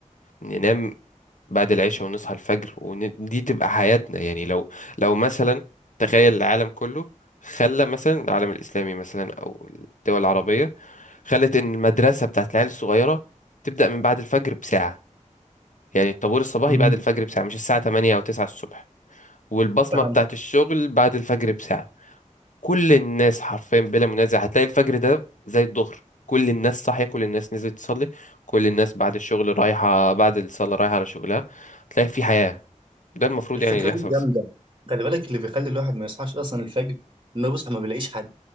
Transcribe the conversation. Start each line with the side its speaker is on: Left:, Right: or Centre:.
Left: ننام بعد العشاء ونصحى الفجر ودي تبقى حياتنا يعني لو لو مثلا تخيل العالم كله خلى مثلا العالم الإسلامي مثلا أو الدول العربية خلت إن المدرسة بتاعت العيال الصغيرة تبدأ من بعد الفجر بساعة يعني الطابور الصباحي
Right: امم
Left: بعد الفجر بساعة مش الساعة 8 أو 9 الصبح والبصمة
Right: فهمت
Left: بتاعت الشغل بعد الفجر بساعة كل الناس حرفيا بلا منازع هتلاقي الفجر ده زي الظهر كل الناس صاحية كل الناس نزلت تصلي كل الناس بعد الشغل رايحة بعد الصلاة رايحة على شغلها تلاقي في حياة ده المفروض
Right: الفكره
Left: يعني اللي يحصل
Right: دي
Left: بس
Right: جامده خلي بالك اللي بيخلي الواحد ما يصحاش اصلا الفجر انه بيصحى ما بيلاقيش حد